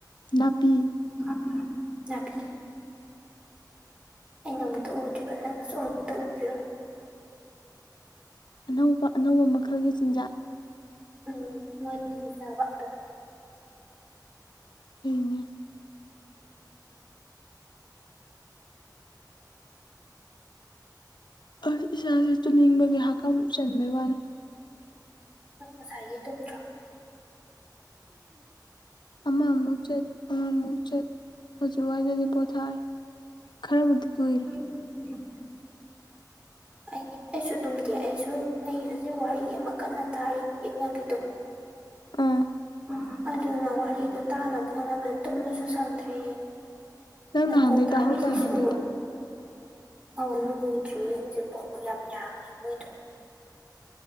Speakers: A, on the left (about 85°); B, on the right (about 15°).
A: ꯅꯥꯄꯤ
B: ꯅꯥꯄꯤ ꯅꯥꯄꯤ ꯑꯩꯅ ꯑꯃꯨꯛꯇ ꯎꯗ꯭ꯔꯤꯕ ꯅꯪꯅꯁꯨ ꯑꯃꯨꯛꯇ ꯎꯈꯤꯔꫭꯏ
A: ꯑꯅꯧꯕ ꯑꯅꯧꯕ ꯃꯈꯜꯒꯤ ꯆꯤꯟꯖꯥꯛ
B: ꯎꯝ ꯃꯣꯏꯅꯗꯤ ꯆꯥꯕ ꯑꯗꯣ
A: <unintelligible> ꯑꯁ ꯏꯁꯥꯁꯦ ꯇꯨꯝꯅꯤꯡꯕꯒꯤ ꯍꯥꯀꯝ ꯆꯟꯕꯩ ꯋꯥꯅꯤ
B: ꯅꯪ ꯉꯁꯥꯏꯒꯤ ꯇꯨꯝꯗ꯭ꯔꯣ
A: ꯑꯃ ꯑꯃꯨꯛ ꯆꯠ ꯑꯃꯃꯨꯛ ꯆꯠ ꯍꯧꯖꯤꯛꯋꯥꯏꯗꯅꯤ ꯄꯣꯊꯥꯔꯦ ꯈꯔꯕꯨꯗꯤ ꯀꯨꯏꯔꯦ
B: <unintelligible> ꯑꯩꯗꯤ ꯑꯩꯁꯨ ꯇꯨꯝꯗꯦ ꯑꯩꯁꯨ ꯑꯩ ꯍꯧꯖꯤꯛ ꯋꯥꯔꯤ ꯑꯃ ꯀꯟꯅ ꯇꯥꯔꯤ ꯌꯦꯛꯅꯕꯤꯗꯣ
A: ꯑꯥ
B: ꯎꯝ ꯑꯗꯨꯅ ꯋꯥꯔꯤꯗꯨ ꯇꯥꯅꯕ ꯍꯣꯠꯅꯕꯗ ꯇꯨꯝꯕꯁꯨ ꯁꯪꯗ꯭ꯔꯦ
A: ꯅꯪ
B: ꯅꯥꯀꯣꯡꯟ
A: ꯅꯍꯥꯟꯗꯩ
B: ꯊꯕꯤꯁꯤꯁꯨ
A: ꯇꯥꯍꯧꯗꯥꯏꯅꯦ ꯑꯗꯨꯏꯗꯣ
B: ꯑꯥꯎ ꯂꯣꯏꯗ꯭ꯔꯤꯌꯦ ꯍꯧꯖꯤꯛꯐꯥꯎ ꯌꯥꯝ ꯌꯥꯝꯃꯦ ꯃꯣꯏꯗꯣ